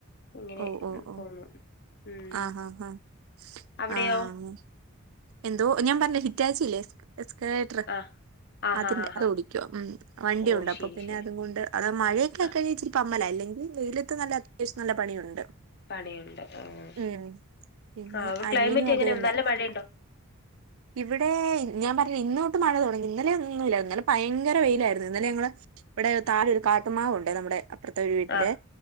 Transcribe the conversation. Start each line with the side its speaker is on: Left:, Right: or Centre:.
Left: ഇങ്ങനെ
Right: ഓഹ് ഓഹ് ഓഹ് ഓഹ്
Left: പോന്നു ഉം
Right: ആഹ് അഹ് അഹ്
Left: അവിടെയോ
Right: ആഹ് എന്തോ ഞാൻ പറഞ് <unintelligible> ഹിറ്റാച്ചിയില്ലേ എസ്കലേറ്റ്ർ
Left: ആഹ് ആഹാ
Right: അതിന്റെ
Left: ആഹാ
Right: അത് ഓടിക്കോ ഉം വണ്ടിയുണ്ട്.
Left: ഓ
Right: അപ്പൊ
Left: ശരി
Right: പിന്നെ
Left: ശരി
Right: അതുംകൊണ്ട് അത് മഴയൊക്കെയായിക്കഴിഞ്ഞ
Left: ആ
Right: ഇച്ചിരി പമ്മല ഇല്ലെങ്കിൽ വെയിലത്ത് നല്ല അത്യാവശ്യം നല്ല പണിയുണ്ട്
Left: പണിയുണ്ട് ആഹ്
Right: ഉം പിന്നെ
Left: ആഹ്
Right: അനിയനും
Left: ക്ലൈമറ്റ്
Right: അത്
Left: എങ്ങനെ
Right: തന്നെ
Left: നല്ല മഴ ഇണ്ടോ
Right: ഇവിടെ ഞാൻ പറഞ്ഞ് ഇന്നോട്ട് മഴ തൊടങ്ങി ഇന്നലെ ഇന്നു ഇല്ല ഇന്നലെ പയങ്കര വെയിലായിര്ന്നു ഇന്നലെ ഞങ്ങള് ഇവിടെ താഴെ ഒരു കാട്ടുമാവുണ്ട് നമ്മടെ അപ്പർത്തെ വീട്ട്ലെ
Left: ആഹ്